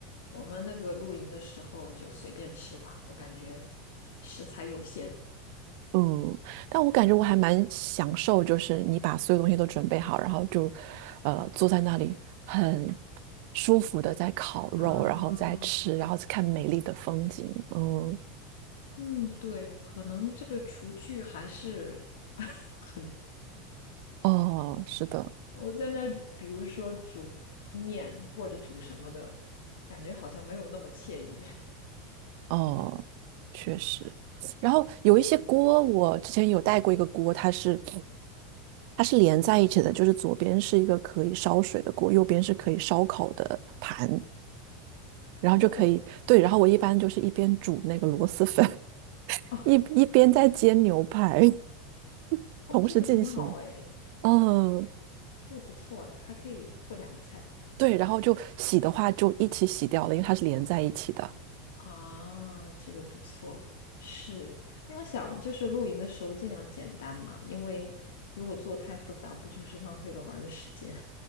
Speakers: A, on the left; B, on the right.
A: 我们那个露营的时候就随便吃吧，我感觉食材有限
B: 嗯，但我感觉我还蛮享受，就是你把所有东西都准备好，然后就，呃，坐在那里很舒服的在烤肉，
A: 啊。
B: 然后再吃，然后再看美丽的风景。嗯，
A: 嗯，对，可能这个厨具还是 <laughs>
B: 哦，是的，
A: 我在那儿，比如说煮面或者煮什么的，感觉好像没有那么惬意。<laughs>
B: 哦，确实。然后有一些锅，我之前有带过一个锅，它是它是连在一起的，就是左边是一个可以烧水的锅，右边是可以烧烤的盘，然后就可以，
A: 哦
B: 对，然后我一般就是一边煮那个螺蛳粉。
A: 哦
B: 一一边在煎牛排，<laughs>
A: 哦，
B: 同时进行。
A: 这个很好哎，
B: 嗯，
A: 这个不错哎，还可以做两个菜。
B: 对，然后就洗的话就一起洗掉了，因为它是连在一起的。
A: 啊，这个不错，是因为我想就是露营的时候尽量简单嘛，因为如果做太复杂，不就是浪费了玩儿的时间？